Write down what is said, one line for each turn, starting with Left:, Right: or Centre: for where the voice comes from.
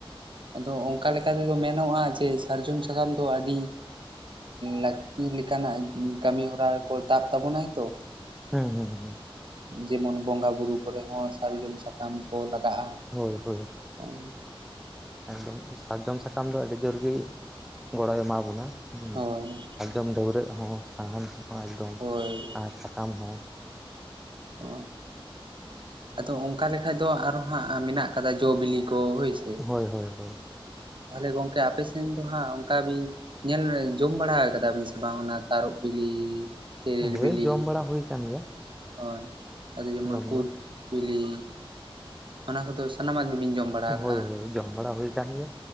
Right: ᱟᱫᱚ ᱚᱱᱠᱟ ᱞᱮᱠᱟ ᱛᱮᱫᱚ ᱢᱮᱱᱚᱜᱼᱟ ᱡᱮ ᱥᱟᱨᱡᱚᱢ ᱥᱟᱠᱟᱢ ᱫᱚ ᱟᱹᱰᱤ ᱞᱟᱹᱠᱛᱤ ᱞᱮᱠᱟᱱᱟᱜ ᱠᱟᱹᱢᱤ ᱦᱚᱨᱟ ᱠᱚ ᱛᱟᱵ ᱛᱟᱵᱚᱱᱟᱭ ᱛᱚ
Centre: ᱦᱮᱸ ᱦᱮᱸ ᱦᱮᱸ ᱦᱮ᱾
Right: ᱡᱮᱢᱚᱱ ᱵᱚᱸᱜᱟ ᱵᱩᱨᱩ ᱠᱚᱨᱮ ᱦᱚᱸ ᱥᱟᱨᱡᱚᱢ ᱥᱟᱠᱟᱢ ᱠᱚ ᱞᱟᱜᱟᱜᱼᱟ᱾
Centre: ᱦᱳᱭ ᱦᱳᱭ
Right: ᱚᱸ
Centre: ᱮᱠᱫᱚᱢ ᱥᱟᱨᱡᱚᱢ ᱥᱟᱠᱟᱢ ᱫᱚ ᱟᱹᱰᱤ ᱡᱳᱨ ᱜᱤᱭ ᱜᱚᱲᱚᱭ ᱮᱢᱟ ᱵᱚᱱᱟ ᱦᱩᱸ
Right: ᱦᱳᱭ
Centre: <unintelligible> ᱡᱚᱢ ᱰᱟᱹᱣᱨᱟᱹᱜ ᱦᱚᱸ ᱥᱟᱦᱟᱱ ᱥᱟᱞᱟᱢ ᱮᱠᱫᱚᱢ
Right: ᱦᱳᱭ
Centre: ᱟᱨ ᱥᱟᱠᱟᱢ ᱦᱚᱸ᱾
Right: ᱚ ᱟᱫᱚ ᱚᱱᱠᱟ ᱞᱮᱠᱟ ᱫᱚ ᱟᱨᱚ ᱦᱟᱸᱜ ᱢᱮᱱᱟᱜ ᱠᱟᱫᱟ ᱡᱚᱼᱵᱤᱞᱤ᱾ ᱠᱚ ᱦᱳᱭ ᱥᱮ
Centre: ᱦᱳᱭ ᱦᱳᱭ ᱦᱳᱭ
Right: ᱛᱟᱦᱟᱞᱮ ᱜᱚᱝᱠᱮ ᱟᱯᱮᱥᱱ ᱫᱚ ᱦᱟᱸᱜ ᱚᱱᱠᱟ ᱵᱤᱱ, ᱧᱮᱞᱢᱮ ᱡᱚᱢ ᱵᱟᱲᱟ ᱠᱟᱫᱟᱵᱤᱱ ᱥᱮ ᱵᱟᱝ ᱚᱱᱟ ᱛᱟᱨᱚᱵ ᱵᱤᱞᱤ ᱛᱮᱨᱮᱞ
Centre: ᱦᱳᱭ
Right: ᱵᱤᱞᱤ?
Centre: ᱡᱚᱢ ᱵᱟᱲᱟ ᱦᱩᱭ ᱟᱠᱟᱱ ᱜᱮᱭᱟ᱾
Right: ᱦᱳᱭ ᱟᱫᱚ ᱡᱚᱢᱚᱱ
Centre: ᱡᱚᱢ
Right: ᱠᱩᱫ
Centre: ᱫᱚ
Right: ᱵᱤᱞᱤ ᱚᱱᱟ ᱠᱚᱫᱚ ᱥᱟᱱᱟᱢᱟᱜ ᱜᱮᱵᱤᱱ ᱡᱚᱢ ᱵᱟᱲᱟ ᱟᱠᱟᱜᱼᱟ
Centre: ᱦᱳᱭ ᱦᱳᱭ ᱡᱚᱢ ᱵᱟᱲᱟ ᱦᱩᱭ ᱠᱟᱱ ᱜᱮᱭᱟ